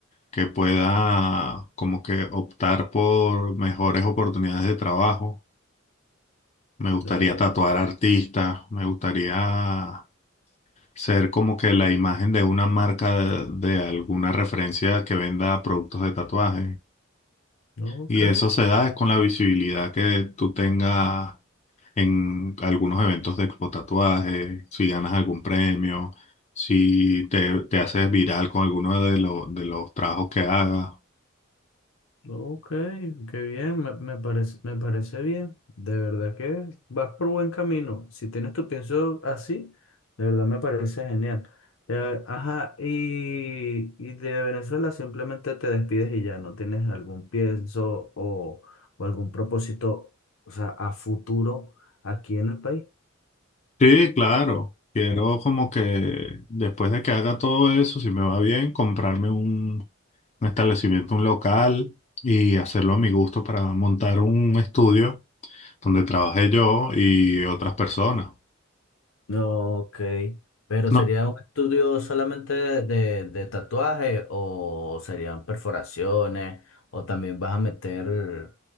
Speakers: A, on the left (about 35°); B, on the left (about 75°).
A: que pueda como que optar por mejores oportunidades de trabajo. Me gustaría
B: No,
A: tatuar
B: eh,
A: artistas, me gustaría ser como que la imagen de una marca de, de alguna referencia que venda productos de tatuaje.
B: Ok,
A: Y eso se da con la visibilidad que tú tengas en algunos eventos de expo tatuaje, si ganas algún premio, si te, te haces viral con alguno de, lo- de los trabajos que hagas.
B: Ok, qué bien, me, me parece, me parece bien. De verdad que vas por buen camino. Si tienes tu pienso así, de verdad me parece genial. Eh, ajá, y, y de Venezuela simplemente te despides y ya no tienes algún pienso o, o algún propósito, o sea, a futuro aquí en el país.
A: Sí, claro. Quiero como que después de que haga todo eso, si me va bien, comprarme un, un establecimiento, un local y hacerlo a mi gusto para montar un estudio donde trabaje yo y otras personas.
B: No, ok. Pero
A: No,
B: ¿sería un estudio solamente de, de tatuaje o serían perforaciones? O también vas a meter,